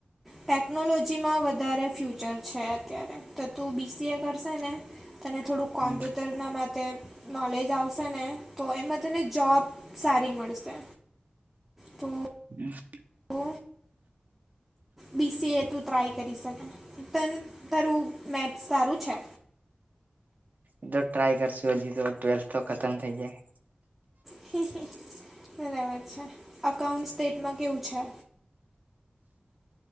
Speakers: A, in the centre; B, on the right.
A: ટેકનોલોજીમાં વધારે ફ્યુચર છે અત્યારે. તો તું બીસીએ કરશે ને તને થોડુંક કોમ્પ્યુટર
B: હમ હમ
A: એના માટે નોલેજ આવશે ને તો એમાં તને જોબ સારી મળશે. તો <inaudible>
B: <inaudible>
A: ઓ. બીસીએ તું ટ્રાય કરી શકે તન તારું મેક્સ સારું છે?
B: એતો ટ્રાય કરશું હજી તો ટવેલ્થ તો ખતમ થઇ જાય.
A: <unintelligible> બરાબર છે અકાઉન્ટ સ્ટેટમાં કેવું છે?